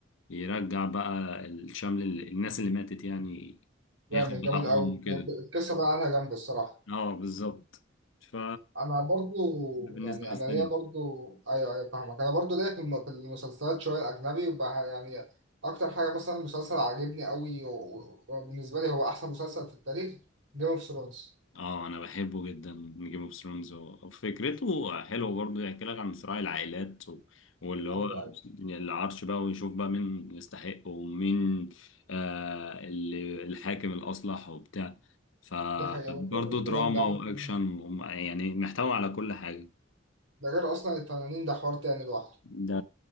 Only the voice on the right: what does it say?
جامد
جامد قوي
القصه بقى عليها جامده الصراحه
انا برضو
يعني
انا ليا برضو ايوه ايوه فاهمك انا برضو ليا في الم- في المسلسلات شويه اجنبي بقى يعني اكتر حاجه مثلا مسلسل عاجبني قوي و- و- وبالنسبه لي هو احسن مسلسل في التاريخ جيم اوف ثرونز
ايوه ايوه
دي حقيقه هو ده الكلام
ده
ده غير اصلا التنانين ده حوار تاني لوحده